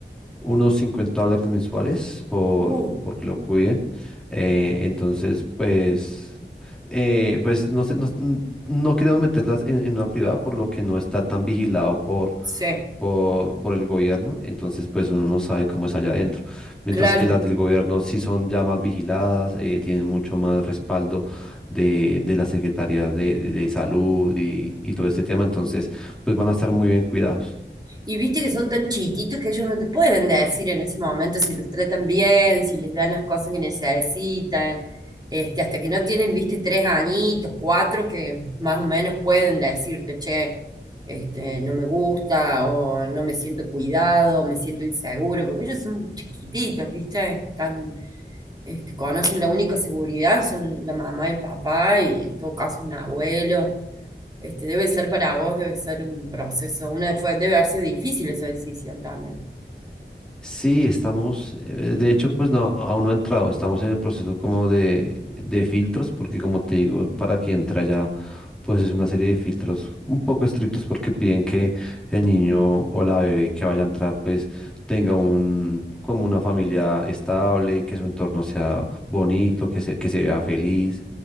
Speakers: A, in the centre; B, on the right.
A: unos 50 dólares mensuales por,
B: Uh.
A: por que lo cuiden. Eh, entonces, pues, eh, pues no sé, no, no queremos meterlas en, en una privada, por lo que no está tan vigilado
B: Sí,
A: por, por el gobierno, entonces pues uno no sabe cómo es allá adentro. Mientras
B: claro.
A: que las del gobierno sí son ya más vigiladas, eh, tienen mucho más respaldo de, de las secretarías de, de salud y, y todo este tema, entonces pues van a estar muy bien cuidados.
B: Y viste que son tan chiquitos que ellos no te pueden decir en ese momento si los tratan bien, si les dan las cosas que necesitan, este, hasta que no tienen, viste, tres añitos, cuatro, que más o menos pueden decirte, che, este, no me gusta, o no me siento cuidado, o me siento inseguro, porque ellos son chiquititos, viste, están, este, conocen la única seguridad, son la mamá y el papá, y en todo caso un abuelo. Este, debe ser para vos, debe ser un proceso, una, fue, debe haber sido difícil esa decisión también.
A: Sí, estamos, eh, de hecho, pues no, aún no ha entrado, estamos en el proceso como de, de filtros, porque como te digo, para que entra ya, pues es una serie de filtros un poco estrictos porque piden que el niño o la bebé que vaya a entrar, pues tenga un, como una familia estable, que su entorno sea bonito, que se, que se vea feliz,